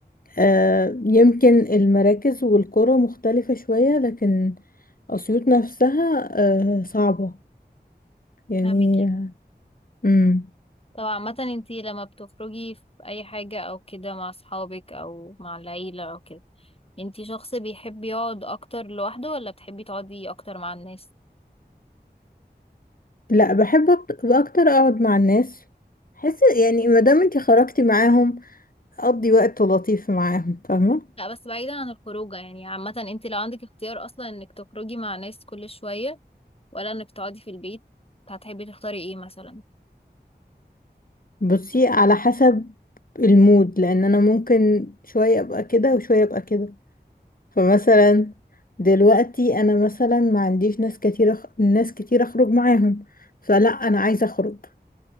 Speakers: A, on the left; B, on the left.
A: آه يمكن المراكز والقرى مختلفة شوية لكن اسيوط نفسها آه صعبة يعني
B: فاهمك
A: آه، مم.
B: طب عامه انتي لما بتخرجي في اي حاجه او كده مع اصحابك او مع العيله او كده انتي شخص بيحب يقعد اكتر لوحده ولا بتحبي تقعدي اكتر مع الناس
A: لا بحب أكت- اكتر اقعد مع الناس حس يعني ما دام انتي خرجتي معاهم اقضي وقت لطيف معاهم فاهمه
B: لا بس بعيدا عن الخروجه يعني عامه انت لو عندك اختيار اصلا انك تخرجي مع ناس كل شويه ولا انك تقعدي في البيت هتحبي تختاري ايه مثلا
A: بصي على حسب المود لان انا ممكن شويه ابقى كده وشويه ابقى كده فمثلا دلوقتي انا مثلا ما عنديش ناس كتير أخ... ناس كتير اخرج معاهم فلا انا عايزه اخرج